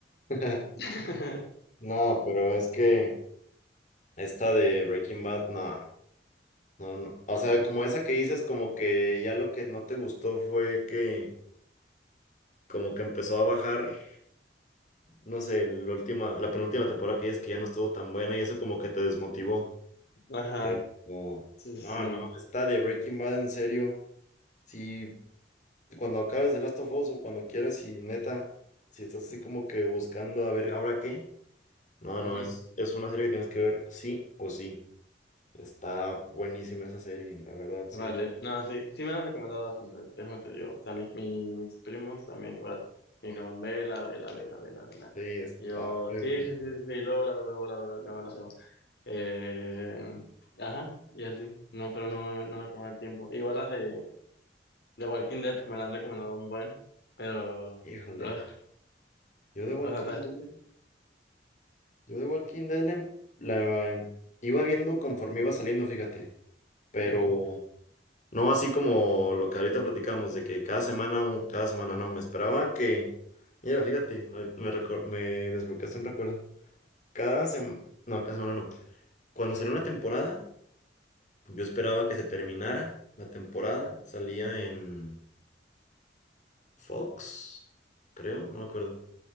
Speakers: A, on the left; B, on the left.
A: ¿Sí? <laughs>
B: <laughs>
A: No, pero es que esta de Breaking Bad, no, no, no. O sea, como esa que dices, como que ya lo que no te gustó fue que como que empezó a bajar, no sé, la última, la penúltima temporada que dices que ya no estuvo tan buena y eso como que te desmotivó.
B: Ajá,
A: Pero,
B: sí, sí.
A: no, no,
B: sí.
A: esta de Breaking Bad en serio. Si cuando acabes The Last of Us o cuando quieras y neta, si estás así como que buscando a ver, ¿habrá qué? No,
B: Ujú.
A: no, es, es una serie que tienes que ver sí o sí. Está buenísima esa serie, la verdad, sí.
B: Vale, no, sí, sí me la han recomendado bastante, déjame te digo. O sea, mi- mis primos también igual me dijeron, vela, vela, vela, vela, vela.
A: Sí, está
B: Y yo,
A: fregón.
B: sí, sí, sí, sí, sí, luego la veo, luego la veo, luego la veo. Eh, ajá, y así. No, pero no, no me, no me tomaba el tiempo. Igual la de, de Walking Dead me la han recomendado un buen, pero.
A: Híjole,
B: ugh,
A: yo de Walking
B: o sea, ta-
A: Dead, yo de Walking Dead la, em- la em- iba viendo conforme iba saliendo, fíjate. Pero
B: ujú.
A: no así como lo que ahorita platicamos, de que cada semana, un, cada semana no, me esperaba que... Mira, fíjate, ahorita me, recor- me desbloqueaste un recuerdo. Cada semana, no, cada semana no. Cuando salió una temporada... Yo esperaba que se terminara la temporada. Salía en Fox, creo, no me acuerdo.